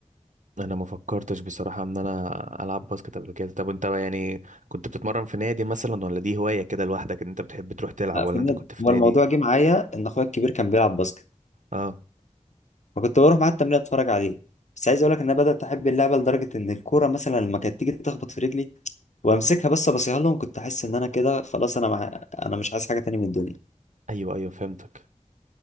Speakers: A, on the right; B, on the left.
A: انا ما فكرتش بصراحة ان انا العب باسكت قبل كده طب انت بقى يعني كنت بتتمرن في نادي مثلا ولا دي هواية كده لوحدك ان انت بتحب تروح تلعب
B: لا
A: ولا
B: في
A: انت
B: نادي
A: كنت في
B: هو
A: نادي
B: الموضوع جه معايا ان اخويا الكبير كان بيلعب باسكت
A: اه
B: فكنت بروح معاه التمرين اتفرج عليه بس عايز اقول لك ان انا بدات احب اللعبه لدرجه ان الكوره مثلا لما كانت تيجي تخبط في رجلي وامسكها بس ابصيها لهم كنت احس ان انا كده خلاص انا مع... انا مش عايز حاجه تاني من الدنيا
A: ايوه ايوه فهمتك